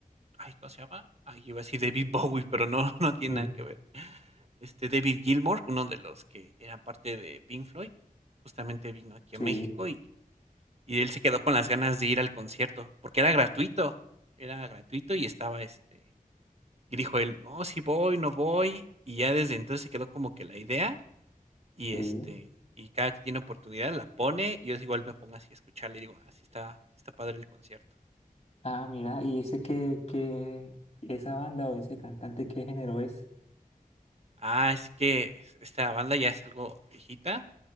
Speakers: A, on the right (about 45°); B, on the left (about 45°).
A: ay, ¿cómo se llama? Ay, iba a decir David <laughs> Bowie, pero no, <laughs> no tiene
B: Mm,
A: nada que ver. Este, David Gilmour, uno de los que eran parte de Pink Floyd, justamente vino aquí
B: sí,
A: a México y y él se quedó con las ganas de ir al concierto, porque era gratuito, era gratuito y estaba, este y dijo él: "No, sí voy, no voy". Y ya desde entonces se quedó como que la idea y,
B: sí.
A: este, y cada que tiene oportunidad la pone, y yo igual me pongo así a escucharle y digo: "Ah, sí está sí está padre el concierto.
B: Ah, mira, ¿y ese qué, qué, esa banda o ese cantante qué género es?
A: Ah, es que es- esta banda ya es algo viejita,